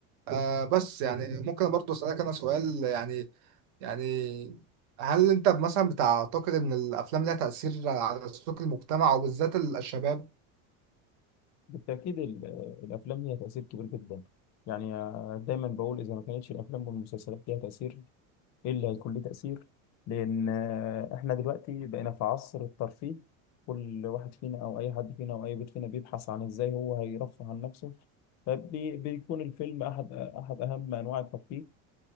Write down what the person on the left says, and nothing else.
بالتاكيد ال- الافلام ليها تاثير كبير جدا يعني آه، دايما بقول اذا ما كانتش الافلام والمسلسلات ليها تاثير ايه اللي هيكون ليه تاثير لان آه، احنا دلوقتي بقينا في عصر الترفيه كل واحد فينا او اي حد فينا او اي بيت فينا بيبحث عن ازاي هو هيرفه عن نفسه فبيكون الفيلم احد احد اهم انواع الترفيه